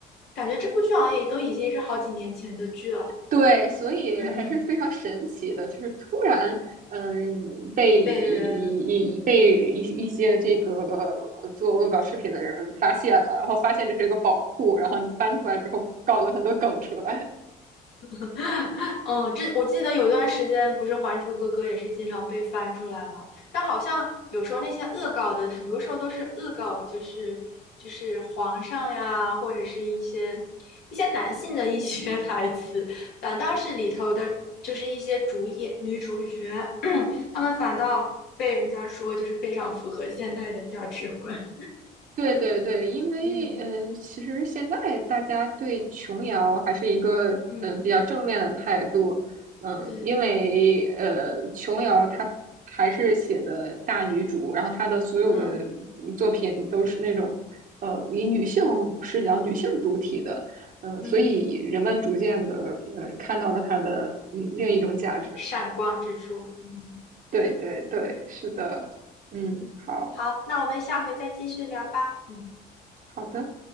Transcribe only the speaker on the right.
对，所以还是非常神奇的，
就是突然，嗯，被一一一被一一些这个
呃做恶搞视频的人发现了，然后发现这是一个宝库，然后你翻出来之后搞了很多梗出来。
对对对，因为呃，
其实现在大家对琼瑶还是一个嗯、
呃比较正面的态度，嗯，
因为呃，琼瑶她还是写的大女主，然后她的所有的
嗯作品都是那种呃以女性视角、女性主体的，嗯，
所以人们逐渐的嗯、呃看到了她的嗯另一种价值。
对对对，是的，嗯，好
好的。